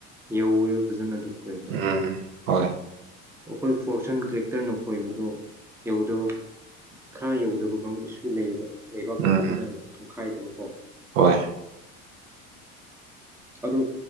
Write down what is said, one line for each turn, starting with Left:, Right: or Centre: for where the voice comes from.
Centre: ꯌꯧꯋꯦꯕ ꯐꯖꯅ ꯑꯗꯨ ꯈꯣꯏꯕꯗꯣ
Right: ꯎꯝ ꯍꯣꯏ
Centre: ꯑꯩꯈꯣꯏ ꯐꯣꯔꯁꯟ ꯇ꯭ꯔꯦꯛꯇꯔꯅ ꯈꯣꯏꯕꯗꯨ ꯌꯧꯗꯕ ꯈꯔ ꯌꯧꯗꯕ ꯀꯥꯡꯁꯨ ꯂꯩꯌꯦꯕ ꯂꯩꯕꯥꯛꯇꯨ
Right: ꯎꯝ
Centre: ꯐꯖꯅ ꯇꯨꯡꯈꯥꯏꯗꯕꯀꯣ
Right: ꯍꯣꯏ
Centre: ꯑꯗꯨ